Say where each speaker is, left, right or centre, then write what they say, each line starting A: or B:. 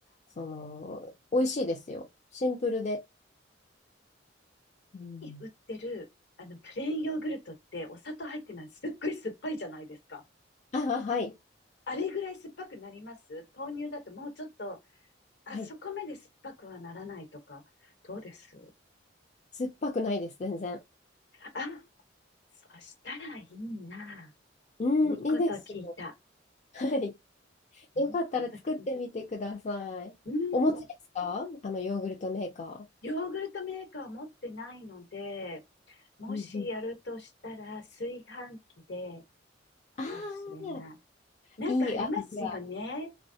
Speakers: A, on the left; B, on the left.
A: その、美味しいですよ。シンプルで。うん。
B: に売ってる、あの、プレーンヨーグルトってお砂糖入ってない、すっごい酸っぱいじゃないですか。
A: ああ、はい。
B: あれぐらい酸っぱくなります豆乳だともうちょっと、あそこまで酸っぱくはならないとか、
A: はい。
B: どうです
A: 酸っぱくないです、全然。
B: あ、そしたらいいな。
A: うん、
B: いいこと聞いた。
A: いいですよ。<laughs> はい。
B: いいこと聞いた。
A: よかったら作ってみてください。
B: うん。
A: お持ちですかあの、ヨーグルトメーカ
B: ヨーグルトメーカー持ってないので、もしやるとしたら炊飯器で
A: ー。うんうん。ああ、
B: かもしれない。なんかありますよね。
A: いいアイデア。